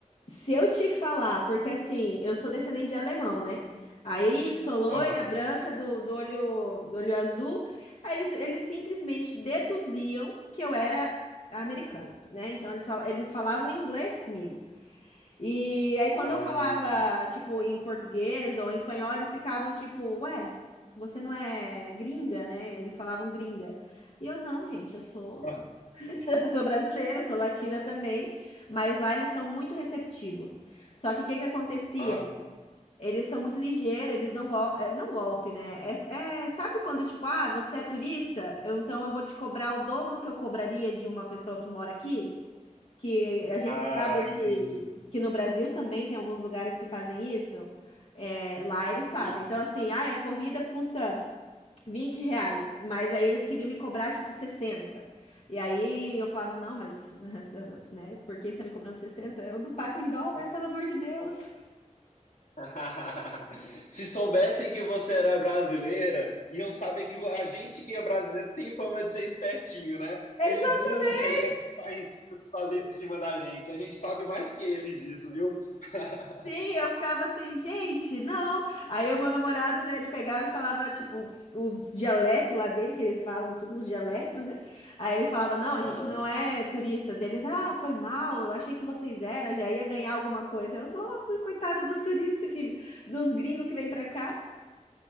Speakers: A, on the left; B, on the left.
A: Se eu te falar, porque assim, eu sou descendente de alemão, né? Aí sou loira,
B: Aham.
A: branca, do, do olho, do olho azul. Aí eles, eles simplesmente deduziam que eu era americana, né? Então eles, fala- eles falavam inglês comigo. E aí, quando
B: Ah,
A: eu falava, tipo, em português ou em espanhol, eles ficavam tipo, ué, você não é gringa, né? Eles falavam gringa. E eu, não, gente, eu sou, sou,
B: ah,
A: <laughs> eu sou brasileira, sou latina também. Mas lá eles são muito receptivos. Só que o que que acontecia?
B: ah,
A: Eles são muito ligeiros, eles dão gol... eh, não golpe, né? É, é- sabe quando, tipo, ah, você é turista? Eu- então eu vou te cobrar o dobro que eu cobraria de uma pessoa que mora aqui? que a gente
B: ah,
A: sabe que,
B: entendi.
A: que no Brasil também tem alguns lugares que fazem isso. É, lá eles fazem.
B: Sim.
A: Então, assim, ah a corrida custa 20 reais, mas aí eles queriam me cobrar tipo sessenta E aí eu falava, não, mas <laughs> né, por que você está me cobrando sessenta Eu não pago em dólar, pelo amor de Deus. <laughs>
B: <laughs> Se soubessem que você era brasileira, iam saber que a gente que é brasileiro tem fama de ser espertinho, né?
A: Exatamente.
B: Eles nunca iam tentar em- fazer isso em cima da gente. A gente sabe mais que eles disso, viu? <laughs>
A: Sim, eu ficava assim, gente, não. Aí o meu namorado, né, ele pegava e falava, tipo, os dialetos lá dele, que eles falam tudo nos dialetos, né? Aí ele falava, não, a
B: Aham.
A: gente não é turista deles. Ah, foi mal, eu achei que vocês eram, já ia ganhar alguma coisa. Eu, nossa, coitado dos turistas, que, dos gringos que vêm pra cá.